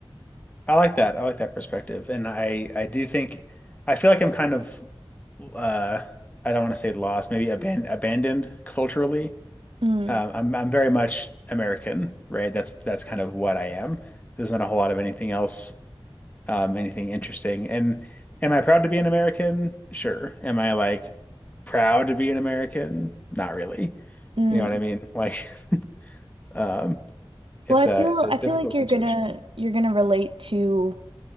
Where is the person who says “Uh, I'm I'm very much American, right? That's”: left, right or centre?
Left